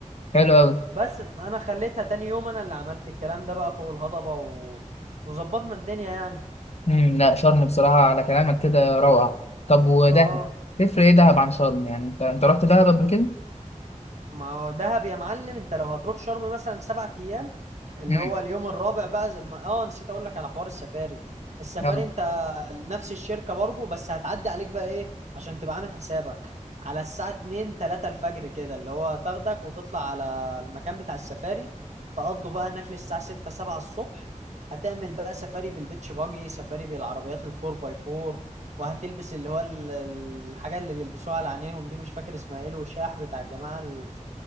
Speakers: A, on the left; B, on the right.
A: حلو قوي
B: بس انا خليتها تاني يوم انا اللي عملت الكلام ده بقى فوق الهضبه و... وظبطنا الدنيا يعني
A: امم لا شرم بصراحة على كلامك كده روعة طب ودهب
B: اه
A: تفرق ايه دهب عن شرم يعني انت انت رحت دهب قبل كده
B: ما هو دهب يا معلم انت لو هتروح شرم مثلا سبعة ايام اللي
A: امم
B: هو اليوم الرابع بقى زي ما اه نسيت اقول لك على حوار السفاري السفاري
A: يلا.
B: انت نفس الشركة برضو بس هتعدي عليك بقى ايه عشان تبقى عامل حسابك على الساعة 2 3 الفجر كده اللي هو تاخدك وتطلع على المكان بتاع السفاري تقضوا بقى هناك للساعة 6 7 الصبح هتعمل بقى سفاري بالبيتش باجي سفاري بالعربيات الفور باي فور وهتلبس اللي هو ال- الحاجة اللي بيلبسوها على عينيهم دي مش فاكر اسمها ايه الوشاح بتاع الجماعة الخ...